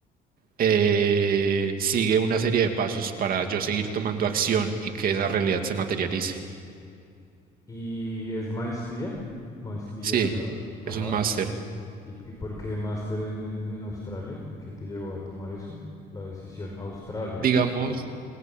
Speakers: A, on the right; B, on the left.
A: eh, sigue una serie de pasos para yo seguir tomando acción y que esa realidad se materialice.
B: ¿Y es maestría? Maestría,
A: Sí,
B: ajá.
A: es un máster.
B: ¿Y, y por qué máster en, en, en Australia? ¿Qué te llevó a tomar eso? La decisión Australia,
A: Digamos,
B: la cosa.